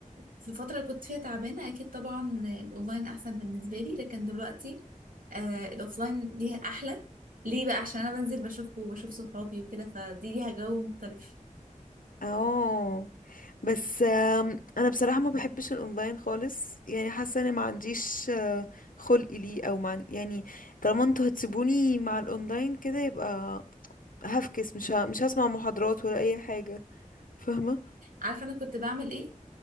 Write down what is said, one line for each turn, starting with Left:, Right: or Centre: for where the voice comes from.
Right: في الفتره اللي كنت فيها تعبانه اكيد طبعا الاونلاين احسن بالنسبه لي لكن دلوقتي آه الاوفلاين ليها احلى ليه بقى عشان انا بنزل بشوفكم وبشوف صحابي وكده فدي ليها جو مختلف
Left: اه بس آم، انا بصراحه ما بحبش الاونلاين خالص يعني حاسه اني ما عنديش آه، خلق ليه او مع يعني طالما انتوا هتسيبوني مع الاونلاين كده يبقى هفكس مش ه... مش هسمع محاضرات ولا اي حاجه فاهمه
Right: عارفه انا كنت بعمل ايه